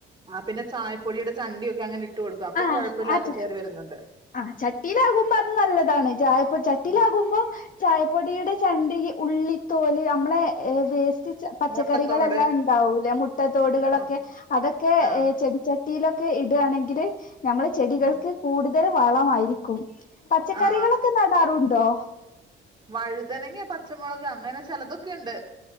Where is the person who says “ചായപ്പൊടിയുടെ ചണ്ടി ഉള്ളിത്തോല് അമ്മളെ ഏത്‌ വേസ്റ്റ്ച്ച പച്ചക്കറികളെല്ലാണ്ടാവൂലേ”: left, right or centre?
Left